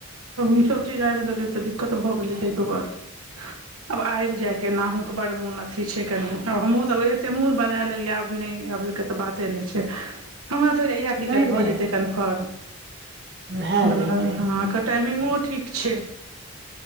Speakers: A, on the right (about 85°); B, on the right (about 50°).
A: ई सभ चीज आबि गेलै त दिक्कत भ गेलै तै दुआरे ह आब आबि जाय केनाहु कऽ बड़ मोन अथी छै कनि आब हमहुँ सब एते मोन बना लेलियै आब नय आबै कऽ तऽ बाते नै छै हमरा तऽ इहे टिकट
B: नहि नहि
A: भऽ जेतै कन्फर्म
B: भए
A: बनल
B: जेतै
A: हँ अकर टाइमिगो ठीक छै